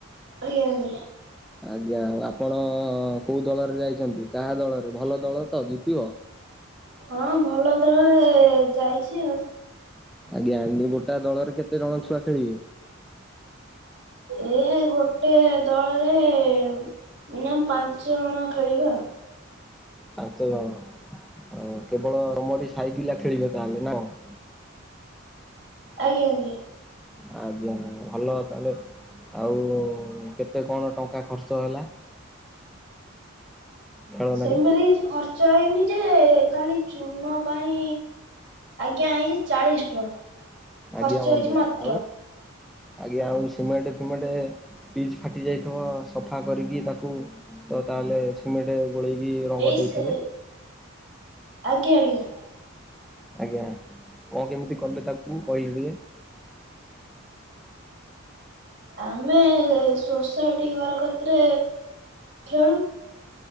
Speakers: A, on the right; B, in the centre.
A: ଖାଲି <unintelligible>
B: ଆଜ୍ଞା ଆ ଆପଣ କୋଉ ଦଳରେ ଯାଇଛନ୍ତି କାହା ଦଳରେ ଭଲ ଦଳ ତ ଜିତିବ।
A: ହଁ ଭଲ ଦଳରେ ଯାଇଛି ଆଉ।
B: ଆଜ୍ଞା ଏ ଗୋଟା ଦଳରେ କେତେ ଜଣ ଛୁଆ ଖେଳିବେ?
A: ଏ ଗୋଟେ ଦଳରେ ମିନିଅମ୍ ପାଞ୍ଚ ଜଣ ଖେଳିବେ ଆ।
B: ପାଞ୍ଚ ଜଣ ଆ କେବଳ ଆମରି ସାହି ପିଲା ଖେଳିବେ ତାହେଲେ ନା କଣ?
A: ଆଜ୍ଞା ଆଜ୍ଞା।
B: ଆଜ୍ଞା ଭଲ ତାହେଲେ ଆଉ କେତେ କଣ ଟଙ୍କା ଖର୍ଚ୍ଚ ହେଲା? ଖେଳ
A: ସେମିତି
B: ନାଗି?
A: କିଛି ଖର୍ଚ୍ଚ ହେଇନି ଯେ ଖାଲି ଚୂନ ପାଇଁ ଆଜ୍ଞା ଏଇ ଚାଳିଶ ଟଙ୍କା।
B: ଆଜ୍ଞା
A: ଖର୍ଚ୍ଚ
B: ବନ୍ଧୁ
A: ହେଇଛି ମାତ୍ର
B: ଆଉ ଆଜ୍ଞା ଆଉ ସିମେଣ୍ଟ ଫିମେଣ୍ଟ ପିଚ୍ ଫାଟି ଯାଇଥିବ ସଫା କରିକି ତାକୁ ତ ତାହେଲେ ସିମେଣ୍ଟରେ ଗୋଳେଇକି ରଙ୍ଗ
A: ଏଇ ସେ
B: ଦେଇଥିବେ।
A: ଆଜ୍ଞା ଆଜ୍ଞା।
B: ଆଜ୍ଞା କଣ କେମିତି କଲେ ତାକୁ କହିଲି ଟିକେ?
A: ଆମେ ସୋସାଇଟି ଘର କତିରେ ଖେଳୁ।